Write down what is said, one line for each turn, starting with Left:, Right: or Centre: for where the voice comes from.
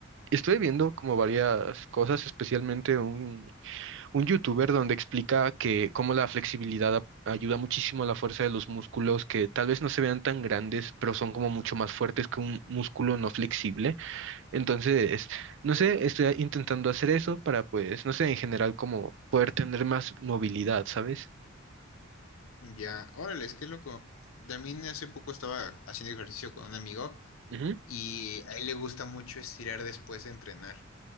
Right: estuve viendo como varias cosas, especialmente un un youtuber donde explica que cómo la flexibilidad ap- ayuda muchísimo a la fuerza de los músculos, que tal vez no se vean tan grandes, pero son como mucho más fuertes que un músculo no flexible. Entonces,
Left: ok.
Right: no sé, estoy intentando hacer eso para, pues, no sé, en general, como poder tener más movilidad, ¿sabes?
Left: Ya, órale, qué loco. También hace poco estaba haciendo ejercicio con un amigo
Right: Ujú.
Left: y a él le gusta mucho estirar después de entrenar.